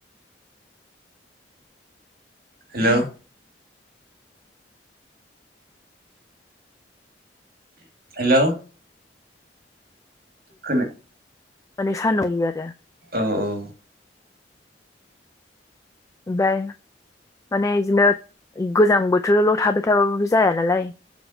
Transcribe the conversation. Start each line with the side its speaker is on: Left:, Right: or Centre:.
Right: हेलौ हेलौ खोना
Left: माने <unintelligible> आरो
Right: औ औ
Left: ओमफ्राय माने जेनबनो गोजां बोथोरल थाबाय थाबाबाबो जाया नालाय